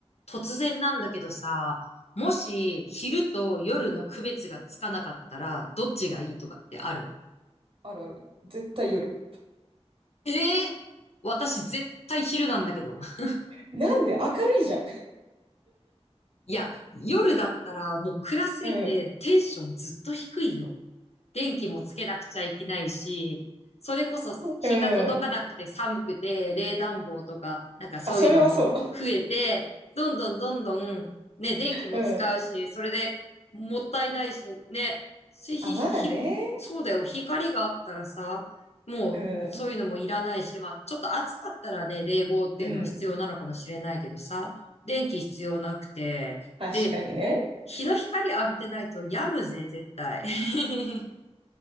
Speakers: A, on the left; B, on the right.
A: 突然なんだけどさ、もし昼と夜の区別がつかなかったら、どっちがいいとかってある
B: あるある。絶対夜。
A: ええ私絶対昼なんだけど。
B: なんで明るいじゃん。
A: <laughs> いや、夜だったらもう暗すぎてテンションずっと低いよ。
B: うん。
A: 電気もつけなくちゃいけないし、それこそ日が届かなくて寒くて、
B: うん。
A: 冷暖房とか、なんかそういうのも増えて、
B: あ、それはそ
A: どんどんどんどん、ね、電気も使うし、
B: う。うん。
A: それでもったいないし、ね、ひ、ひ、
B: あ、まあね。
A: 昼、そうだよ、光があったらさ、もうそういうのもいらないし、
B: うん。
A: まあ、ちょっと暑かったらね、冷房っていうのは必要なのかもしれないけどさ、
B: うん。
A: 電気必要なくて、
B: 確かにね。
A: で、日の光浴びてないと病むぜ、絶対。<laughs>